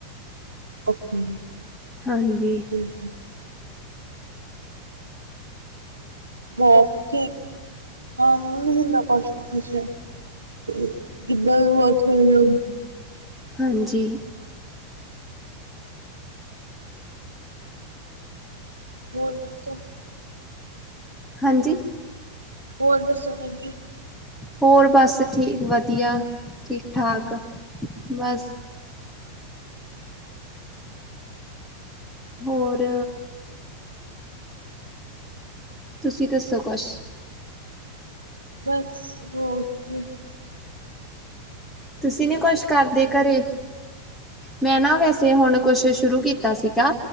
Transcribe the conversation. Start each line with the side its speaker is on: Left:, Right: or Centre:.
Right: ਓਕੇ।
Centre: ਹਾਂਜੀ।
Right: <inaudible> ਬਹੁਤ ਇੱਥੇ ਖਾਣ ਨੂੰ ਵੀ ਦਿੰਦਾ। ਕੁਛ ਨਾ ਕੁਛ ਤੇ ਕਿੱਦਾਂ <unintelligible>
Centre: ਹਾਂਜੀ।
Right: ਹੋਰ ਦੱਸੋ।
Centre: ਹਾਂਜੀ।
Right: ਹੋਰ ਦੱਸੋ ਮੈਂ ਕਿਹਾ।
Centre: ਹੋਰ ਬਸ ਠੀਕ, ਵਧੀਆ। ਠੀਕ- ਠਾਕ ਬਸ ਹੋਰ। ਤੁਸੀਂ ਦੱਸੋ ਕੁਛ
Right: ਬਸ ਓਕੇ।
Centre: ਤੁਸੀਂ ਨੀ ਕੁਛ ਕਰਦੇ ਘਰੇ, ਮੈਂ ਨਾ ਵੈਸੇ ਹੁਣ ਕੋਸ਼ਿਸ਼। ਸ਼ੁਰੂ ਕੀਤਾ ਸੀਗਾ।